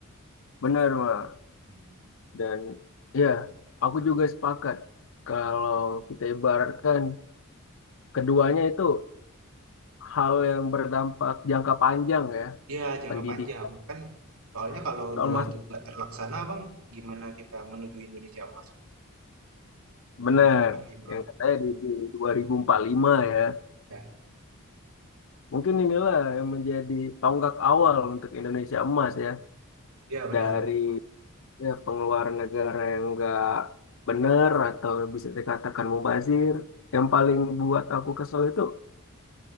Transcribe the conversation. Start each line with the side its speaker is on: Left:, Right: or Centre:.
Left: Benar, Bang.
Right: Hmm.
Left: Dan ya, aku juga sepakat kalau kita ibaratkan keduanya itu hal yang berdampak jangka panjang ya,
Right: Iya, jangka
Left: pendidikan.
Right: panjang. Kan soalnya kalau
Left: Soal
Right: dua
Left: mas
Right: itu nggak terlaksana, Bang, gimana kita menuju Indonesia Emas, Bang?
Left: benar
Right: 2045.
Left: yang katanya di, di 2045 ya.
Right: Ya,
Left: Mungkin inilah yang menjadi tonggak awal untuk Indonesia emas ya
Right: iya benar.
Left: dari ya, pengeluaran negara yang enggak benar atau bisa dikatakan mubazir. Yang paling buat aku kesel itu